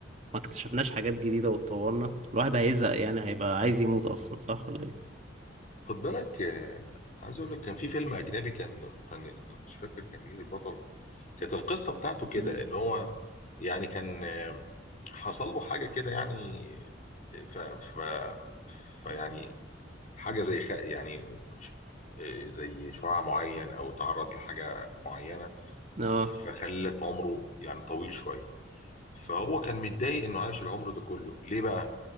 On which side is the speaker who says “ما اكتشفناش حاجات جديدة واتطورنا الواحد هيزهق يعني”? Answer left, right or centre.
Right